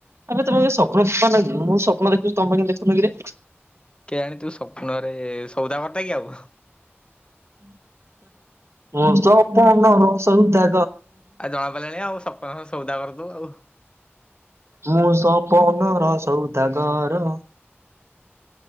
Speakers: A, on the right; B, on the left.
A: ଆମେ ତମେ ସ୍ୱପ୍ନ ମୁଁ ସପ୍ନ ଦେଖୁଛି ତମେ କେମିତି ଦେଖୁନ କିରେ?
B: କେ ଆଣି ତୁ ସ୍ୱପ୍ନରେ ସଉଦାଗର ଟା କି ଆଉ।
A: ମ ସପନର ସଉଦା
B: ଆଉ ଜଣା ପଡ଼ିଲଣି ଆଉ ସପ୍ନ ର ସଉଦାଗର ତୁ ଆଉ।
A: ମୁଁ ସ ପନ ର ସଉଦାଗାର।